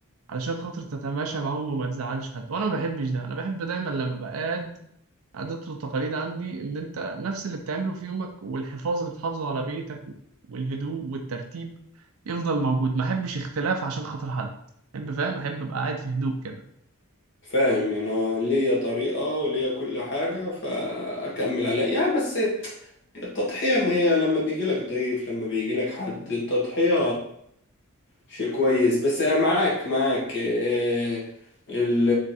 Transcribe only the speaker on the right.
علشان خاطر تتماشى معاهم وما تزعلش حد وانا ما بحبش ده انا بحب دايما لما بقعد عادات والتقاليد عندي إن أنت نفس اللي بتعمله في يومك والحفاظ اللي بتحافظه على بيتك والهدوء والترتيب يفضل موجود ما أحبش اختلاف عشان خاطر حد أحب فاهم أحب أبقى قاعد في هدوء كده